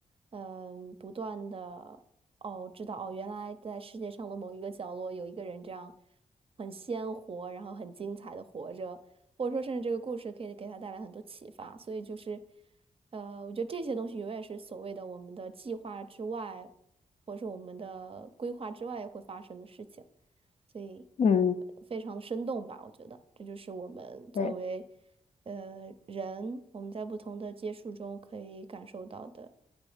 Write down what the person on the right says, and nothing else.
嗯不断的哦知道哦，原来在世界上的某一个角落有一个人这样很鲜活，然后很精彩的活着，或者说甚至这个故事可以给他带来很多启发。所以就是。呃，我觉得这些东西永远是所谓的我们的计划之外，或者是我们的规划之外会发生的事情，所以
呃非常的生动吧，我觉得这就是我们作为
呃人，我们在不同的接触中可以感受到的